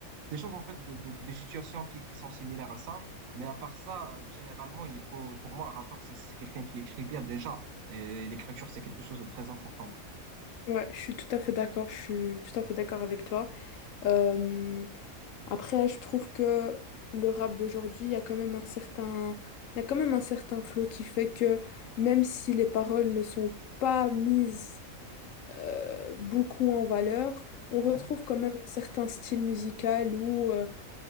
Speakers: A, on the right; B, on the left.
A: des choses, en fait, de, de, des situations qui, qui sont similaires à ça. Mais à part ça, euh, ben, généralement, il faut, pour moi, un rappeur, c'est c'est quelqu'un qui écrit bien déjà. Et l'écriture, c'est quelque chose de très important.
B: Ouais, je suis tout à fait d'accord, je suis tout à fait d'accord avec toi. Euh, après, je trouve que le rap d'aujourd'hui, il y a quand même un certain, il y a quand même un certain flow qui fait que même si les paroles ne sont pas mises euh, beaucoup en valeur, on retrouve
A: Ouais,
B: quand même un certain style musical où euh,